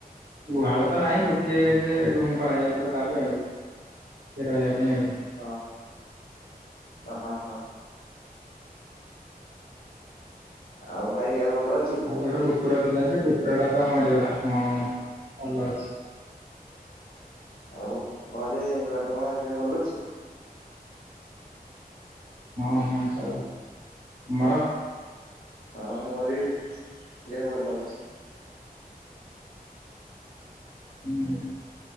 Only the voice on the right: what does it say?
ଗୁହାଳ ତ ନାହିଁ ଗୋଟିଏ-ଏ-ଏ ଯେ ରୁମ କରାଯାଇଥିଲା ତା ପାଇଁ ଆଉ। ସେ ରହିବା ପାଇଁ ଆଉ।
ଆଉ ଗୋଟେ କୁକୁର ଥିଲା ଯେ କୁକୁର ଟା ତ ମରିଗଲା ହଁ। ଭଲ ଅଛି,
ହଁ ହଁ ସବୁ। ତମର?
ହୁଁ,